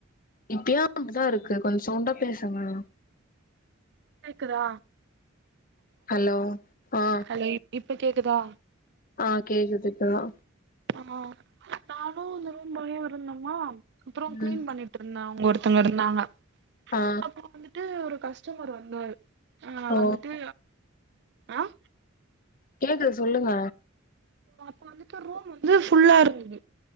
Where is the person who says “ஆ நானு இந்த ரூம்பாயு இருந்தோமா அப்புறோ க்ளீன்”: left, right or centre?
Right